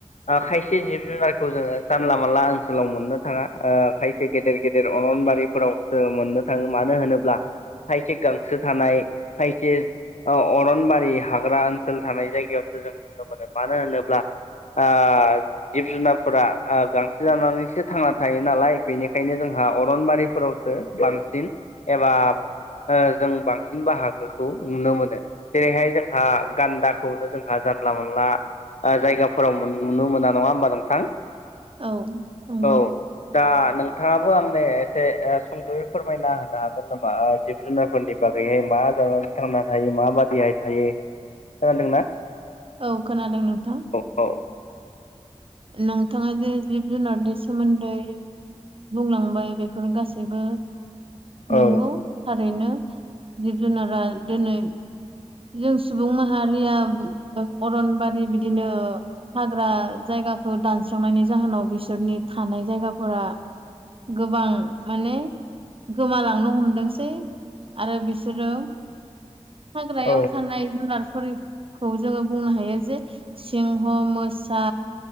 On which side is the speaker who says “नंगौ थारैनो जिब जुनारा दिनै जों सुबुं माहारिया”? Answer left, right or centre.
Right